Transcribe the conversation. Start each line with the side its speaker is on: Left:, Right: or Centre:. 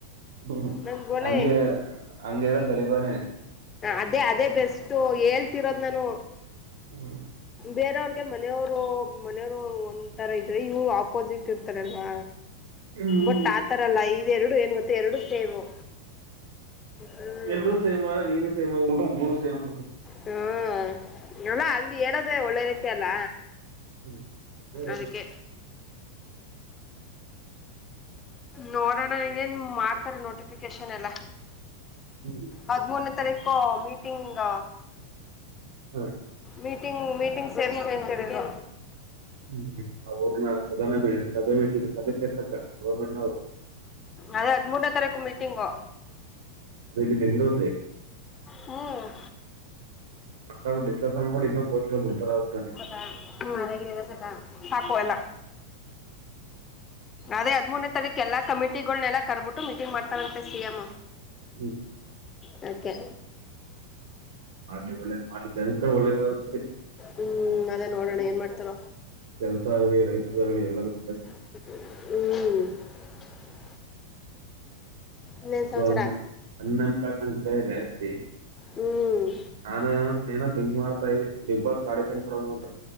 Right: ಹ್ಮ
Left: ನಮ್ಗ ಒಳ್ಳೆ
Right: ಹಂಗೆ ಅಂಗೆನ ಸರಿ ಬಾನೆ
Left: ಅದೇ ಅದೇ ಬೆಸ್ಟ್ ಹೇಳ್ತಿರೋದ್ ನಾನು
Right: ಹ್ಮ್
Left: ಬೇರೆಯವ್ರಗೆ ಮನೆಯವರು ಮನೆಯವರು ಒಂಥರ ಇದ್ರೆ ಇವ್ರು ಆಪೋಸಿಟ್ ಇರ್ತಾರಲ್ವಾ
Right: ಹ್ಮ್
Left: ಬಟ್ ಆತರಲ್ಲ ಇದು ಎರಡು ಏನ್ ಗೊತ್ತ ಎರಡು ಸೇಮು ಹ್ಮ್
Right: ಎರಡ ಸೇಮಾರ ನೀನು ಸೇಮ್ ಆಗಿ ಬಿಟ್ಟು ಮೂರು ಸೇಮ್
Left: ಹ್ಮ ಅಲ್ಲ ಅಲ್ಲಿ ಹೇಳೋದೇ ಒಳ್ಳದಕ್ಕೆ ಅಲ್ಲ
Right: ಹ್ಮ್ ಹ್ಮ
Left: ಅದಕ್ಕೆ ನೋಡೋಣ ನೀನೇನ್ ಮಾಡ್ತಾರೆ ನೋಟಿಫಿಕೇಶನ್ ಎಲ್ಲ
Right: ಹ್ಮ್.
Left: ಹದಮೂರನೇ ತಾರೀಕು ಮೀಟಿಂಗ್
Right: ಹ್ಮ
Left: ಮೀಟಿಂಗ್ ಮೀಟಿಂಗ್ ಸೇರಿಸಕೋ ಅಂತ ಹೇಳಿದರು
Right: ಹ್ಮ್ ಅವರು ನಾ ಸದನ ಸಭೆ ಮೀಟಿಂಗ್ ಸಭೆ ಸೇರ್ಸಕ್ ಗೌರ್ಮೆಂಟ್ ನವು
Left: ಅದೇ ಹದಮೂರನೇ ತಾರೀಕು ಮೀಟಿಂಗು
Right: ಅದ ಇಲ್ಲಿ ಬೆಂಗಳೂರಿಲ್ಲಿ
Left: ಹ್ಮ್
Right: ಮತ್ ಅವ್ ಡಿಸ್ಕಸನ್ ನೋಡಿ ಇನ್ನೋ ಪೋಲೀಸರ ಬಿಡ್ತಾರ ಅಂತಾನೆ
Left: ಸಕ ಮರಗಲ್ಲ ಸಕ ಸಾಕು ಎಲ್ಲ ಅದೇ ಹದಮೂರನೇ ತಾರೀಕ ಎಲ್ಲ ಕಮಿಟಿಗಳನೆೆಲ್ಲ ಕರ್ಬಿಟ್ಟು ಮೀಟಿಂಗ್ ಮಾಡ್ತಾರಂತೆ ಸಿ ಎಂ
Right: ಹ್ಮ್
Left: ಅದಕ್ಕೆ
Right: ಮಾಡ್ಲಿ ಒಳ್ಳೇದ್ ಮಾಡ್ಲಿ ಜನಗಳಿಗೆ ಒಳ್ಳೇದಾದರೆ ಸರಿ
Left: ಹ್ಮ್ ಅದೇ ನೋಡೋಣ ಏನ್ ಮಾಡ್ತಾರ
Right: ಕೆಲ್ಸ ಆಗ್ಲಿ ರೈತರಿಗ ಆಗಲಿ ಎಲ್ಲಾರ್ಗೂ
Left: ಹ್ಮ್ ಇನ್ನೇನ್
Right: ಅದು
Left: ಸಮಾಚಾರ
Right: ಅನ್ ಅನ್ಎಂಪ್ಲಾಯ್ಮೆಂಟ್ ಬ ಜಾಸ್ತಿ
Left: ಹ್ಮ್
Right: ನಾನ ಏನ ಥಿಂಕ್ ಮಾಡ್ತಾ ಇದಿ ಬಿಗ್ ಬಾಸ್ ಆಡಿಷನ್ ಕೊಡನ ಅಂತ